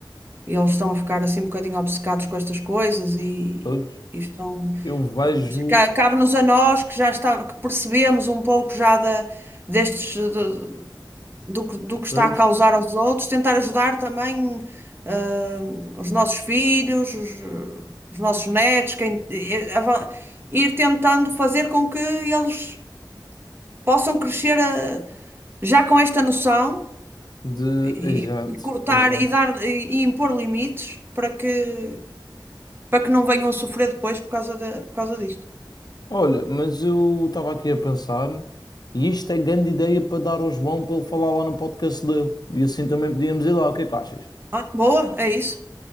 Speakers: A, on the right; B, on the left.
A: eles estão a ficar assim um bocadinho obcecados com estas coisas e,
B: Pois,
A: e estão.
B: Eu vejo,
A: Mas ca- cabe-nos a nós que já está, que percebemos um pouco já da, destes do, do, que do que está
B: pois,
A: a causar aos outros, tentar ajudar também ah, os nossos filhos, os, os nossos netos, quem, eh, avan- ir tentando fazer com que eles possam crescer. ah, já com esta noção
B: de.
A: e,
B: Exato,
A: e cortar
B: exato.
A: e dar e, e impor limites para que para que não venham a sofrer depois por causa da, por causa disto.
B: Olha, mas eu estava aqui a pensar, e isto é grande ideia para dar ao João para ele falar lá no podcast dele. E assim também podíamos ir lá. O que é que achas?
A: Ah, boa, é isso.